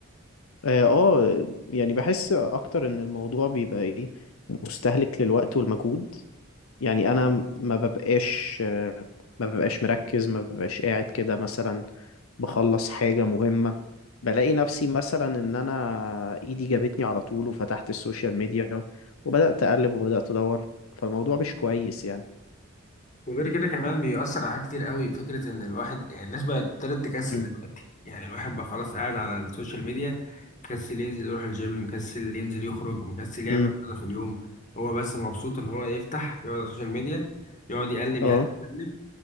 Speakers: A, on the left (about 85°); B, on the left (about 40°).
A: آه آه، يعني بحس أكتر إن الموضوع بيبقى إيه مستهلك للوقت والمجهود يعني أنا ما ببقاش آه، ما ببقاش مركز ما ببقاش قاعد كده مثلا بخلص حاجة مهمة بلاقي نفسي مثلا ان انا ايدي جابتني على طول وفتحت السوشيال ميديا وبدأت اقلب وبدأت ادور فالموضوع مش كويس يعني
B: وغير كده كمان بيأثر على حاجات كتير قوي فكرة ان الواحد يعني الناس بقت ابتدت تكسل
A: امم
B: دلوقتي يعني الواحد بقى خلاص قاعد على السوشيال ميديا مكسل ينزل يروح الجيم مكسل ينزل يخرج مكسل يعمل
A: امم
B: حاجة في اليوم هو بس مبسوط ان هو يفتح يقعد على السوشيال ميديا يقعد يقلب
A: اه
B: يقلب يقلب